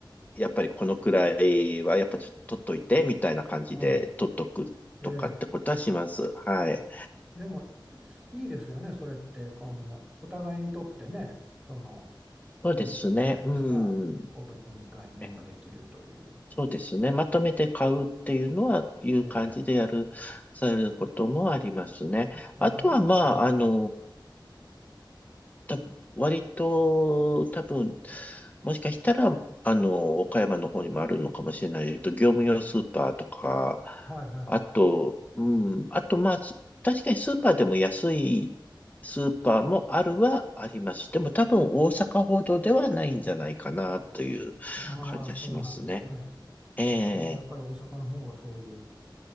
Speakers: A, on the left; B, on the right.
A: やっぱりこのくらいはやっぱちょっと取っといてみたいな感じで取っとくとかってことはします。
B: はい。ええ。
A: はい。
B: でも、いいですよね。それって、この、お互いにとってね、その、
A: そうですね。
B: いいじゃないですか。
A: うん。
B: お得に買い物ができるという
A: ええ、そうですね。まとめて買うっていうのは、
B: ことで。
A: いう感じでやる、
B: ええ。
A: されることもありますね。
B: あの、
A: あとは、
B: お、
A: まあ、
B: ええ。
A: あのた、割と、多分、もしかしたら、あの、岡山の方にもあるのかもしれないけど、業務用スーパーとか、
B: はいはい。
A: あと、うん、あと、まあ、す確かにスーパーでも安いスーパーもあるはあります。でも多分大阪ほどではないんじゃないかなという感じはしますね。
B: ああ、そうなんですね。
A: ええ、
B: あーやっぱり大阪の方がそういう